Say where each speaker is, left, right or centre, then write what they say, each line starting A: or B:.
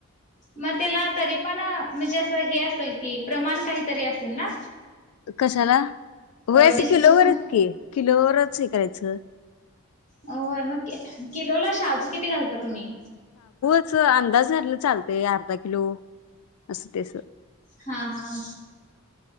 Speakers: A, on the left (about 30°); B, on the left (about 75°).
A: मग त्याला तरी पण, म्हणजे, अस हे असल की, प्रमाण काहीतरी असलं ना?
B: कशाला? व्हय
A: अ
B: असं
A: डिस्को
B: किलोवर
A: सा
B: हायेत की, किलोवरत स्वीकारायचं.
A: अ व्हय ना किलोला शाबू किती घालतात? तुमी.
B: असं. अंदाजे घातलं चालतंय. अर्धा किलो, असं ते असं
A: हा, हा.